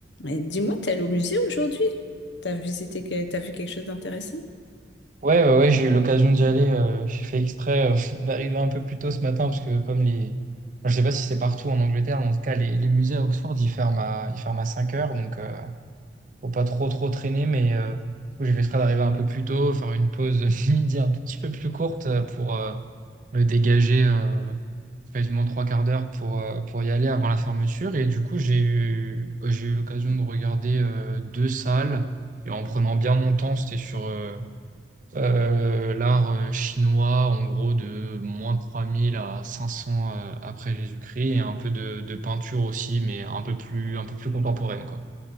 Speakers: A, on the left; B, on the right.
A: Et dis-moi, t'es allé au musée aujourd'hui? T'as visité, que- t'as vu quelque chose d'intéressant?
B: Ouais, ouais, ouais, j'ai eu l'occasion d'y aller. euh, j'ai fait exprès euh, <laughs> d'arriver un peu plus tôt ce matin parce que comme les... enfin, je sais pas si c'est partout en Angleterre, mais en tout cas, les, les musées à Oxford, ils ferment à, ils ferment à cinq heures, donc euh, faut pas trop trop traîner, mais euh, du coup, j'ai fait exprès d'arriver un peu plus tôt, faire une pause <laughs> midi un tout petit peu plus courte euh, pour euh, me dégager euh, quasiment trois quarts d'heure pour, euh, pour y aller avant la fermeture. Et du coup, j'ai eu, bah, j'ai eu l'occasion de regarder euh, deux salles. Et en prenant bien mon temps, c'était sur euh, euh, l'art euh, chinois, en gros, de moins 3000 à 500 euh, après Jésus-Christ, et un peu de, de peinture aussi, mais un peu plus, un peu plus contemporaine, quoi.